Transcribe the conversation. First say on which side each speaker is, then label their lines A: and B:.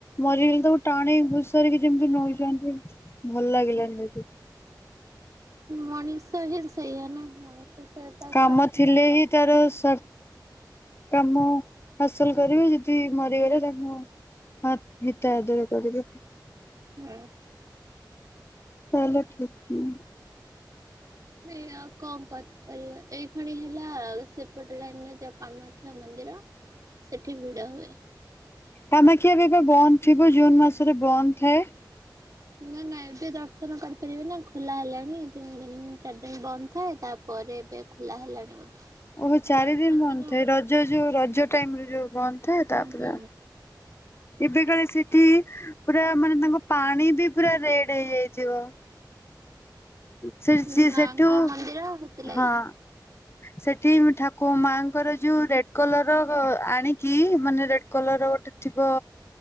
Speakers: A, on the left; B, on the right.
A: ମରିଗଲେ ତ ଗ ଟାଣି ଭୁଷାରିକି ଯେମିତି ନଉଚନ୍ତି। ଭଲ ଲାଗିଲାନି। ଆ
B: ମଣିଷ ହେ ସେଇଆ ନା ମଣିଷ। ସେ ତା
A: କାମ
B: ସ୍ୱାର୍ଥ
A: ଥିଲେ ହିଁ ତାର ସ୍ୱାର କାମ ହାସଲ କରିବେ, ଯଦି ମରିଗଲେ ତାଙ୍କୁ ମା ହିତ ଆଦର କରିବେ।
B: ହୁଁ।
A: ଚାଲ ଠିକ
B: ଏ ଆଉ କଣ କରିପାରିବା। ଏଇ ଖଣି ହେଲା ସେପଟରେ ଯଉ କାମାକ୍ଷା ମନ୍ଦିର ସେଠି ଭିଡ ହୁଏ।
A: କାମାକ୍ଷା ଏବେ ଏବେ ବନ୍ଦ ଥିବ। ଜୁନ୍ ମାସରେ ବନ୍ଦ ଥାଏ।
B: ନା ନା ଏବେ ଦର୍ଶନ କରିପାରିବେ ନା ଖୋଲା ହେଲାଣି ତିନି ଦିନ ଚାରି ଦିନ ବନ୍ଦ ଥାଏ ତାପରେ ଏବେ ଖୋଲା ହେଲାଣି ବୋଧେ।
A: ଓହୋ ଚାରି
B: ଯାଉଛନ୍ତି
A: ଦିନ ବନ୍ଦ
B: ନା।
A: ଥାଏ, ରଜ ଯୋଉ ରଜ ଟାଇମରେ ଯୋଉ ବନ୍ଦ ଥାଏ
B: ହୁଁ
A: ତା ପରେ। ଏବେ କଳେ ସେଠି ପୁରା ମାନେ ତାଙ୍କ ପାଣି ପୁର ରେଡ ହେଇଯାଇଥିବ। ସେ
B: ହୁଁ
A: ସିଏ
B: ମାଙ୍କ
A: ସେଠୁ
B: ମନ୍ଦିର ହେଥିଲାଗି
A: ହଁ। ସେଠି ଠାକୁ ମାଙ୍କର ଯୋଉ ରେ କଲର ଆଣି କି ମାନେ ରେଡ କଲର ର ଗୋଟେ ଥିବ